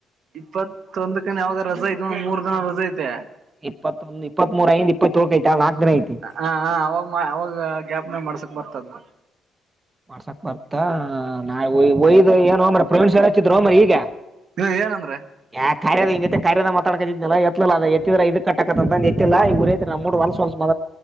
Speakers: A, on the right; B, on the right.
A: ಇಪ್ಪತ್ತೊಂದಕನ ಯಾವಾಗ ರಜ ಐತೆ ಒಂದ ಮೂರ್ ದಿನ ರಜ ಐತೆ
B: ಇಪ್ಪತ್ತೊಂದು ಇಪ್ಪತ್ರ ಐ್ ಇಪ್ಪತ್ತೋಳಕೈಐ ನಲ್ಕ ದಿನ ಐತೆ
A: ಹ ಹ ಅವಾಗ ಅವಾಗ ಜ್ಯಾಪ್ನೆ ಮಾಡ್ಸಕ್ ಬರ್ತದ
B: ಮಾಡ್ಸಾಕ್ ಬರ್ತಾ ನಾ ಒಯ್ದ್ ಏನ್ ಮ್ರ ಪ್ರವೀಣ್ ಸ ಕಧ್ರೋ ಮರಿಗ
A: ಹ್ಮ ಏನಂದ್ರೆ
B: ಯಾ ಕಾರ್ಯದ ಇ ಕಾರ್ಯದ ಮ ಮಾತಾಕದಿದನಲ್ಲ ಎತ್ತಲಲ್ಲ ಅ ಎತ್ತಿದ್ರ ಇದು ಕಟ್ಟಕತ್ತ ಅಂತ ಎತ್ತಿಲ್ಲ ಇವ್ರೆ ನ ಮೂ ಹೊಲಸಲ್ಸ ಮಾ